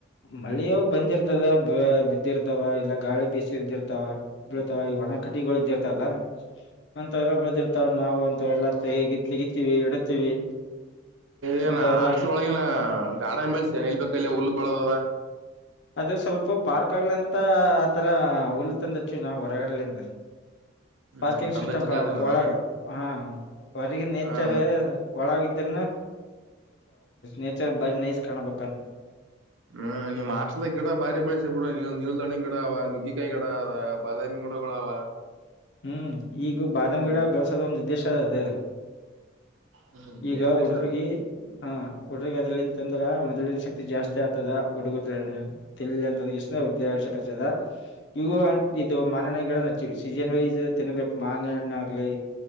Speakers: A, on the left; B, on the right.
A: ಮಳೆಯ ಬಂದಿರ್ತದ ಬ ಬಿದ್ದಿರ್ತಾವ ಇಲ್ಲ ಗಾಳಿ ಬೀಿಸಿ ಇದ್ದಿರ್ತಾವ ಬೀಳತಾವ ಈ ಒಣ ಕಟಿಗಳು ಇದ್ದಿರ್ತಾವ ಅಂತವಲ್ಲ ಬಳದಿರ್ತಾವ ನಾವು ಅಂತಲ್ಲ ೆಗಿ ತಗಿತ್ತೀವಿ ಇಡತೀವಿ
B: ಏನ
A: ಎಂತ ಎಲ್ಲ
B: ಹಾಸ್ಟ್ಲ್ ಒಳಗೇನ ಗಾರ್ಡನ್ ಬೆಳೆಸತೇನೆ ನಿಲ್ಬೇಕ ಎಲ್ಲ ಹುಳ್ಳು ಬಳದ
A: ಅದೇ ಸ್ವಲ್ಪ ಪಾರ್ಕ್ ಆಗ್ಲಿ ಅಂತ ಆತರ ಹುಲ್ ತಂದಚ್ಚು ನಾವವು ಹೊರಗಡ್ಲಿಂದ
B: ಹ್ಮ್
A: ಪಾರ್ಕಿಂಗ್
B: ತಂದ
A: ಸಿಸ್ಟಮ್
B: ಹಚ್ಚಿದನದ
A: ಕಾಣಬೇಕು ಒಳಗ ಹ ಹೊರಗ ನೇಚರ್
B: ಹ್ಮ್
A: ಒಳಗ ಇದ ನೇಚರ್ ಬಾರಿ ನೈಸ್ ಕಾಣಬ
B: ಹ್ಮ್ ನಿಮ್ ಹಸ್ಲ ಗಿಡ ಬಾರಿ ಬೆಳಸ ಬಿಡ ನೀ ನಿಲ್ಣ ಗಿಡ ಗಡ ಅವ ನುಗ್ಗ ಕಾಯಿ ಗಿಡ ಅವ ಬಾದಾಮಿ ಗಡಗಳು ಅವ
A: ಹ್ಮ್ ಈಗೂ ಬಾದಾಮ್
B: ಹ್ಮ್
A: ಗಿಡ ಬೆಳಸೋದ ಒಂದು್ ಉದ್ದೇಶ ಅದ ಅದ
B: ಹ್ಮ್
A: ಈಗ
B: ಏನ್ ಉದ್ದೇಶ
A: ಹುಡ್ರಗಿ ಹ ಹುಡ್್ರಗ್ ಅದ್ರಲ್ಲಿಂತಂದ್ರ ಮೊದ್ಿನ ಶಕ್ತಿ ಜಾಸ್ತಿ ಆಗ್ತದ ಹುಡ್ಗು ತಿಲ್ಲಿ ಅಂತಂದ
B: ಹ್ಮ್
A: ಎಷ್ಟ ಉದೇಶಕಚದ ಇ ಇದು ಮನಣ ಗಿಡ ನಚ್ಚ ಸೀಸನ್ ವೈಸ್ ತಿನ್ಬೇಕು ಮಾನೆ ಹಣ್ಣ ಆಗ್ಲಿ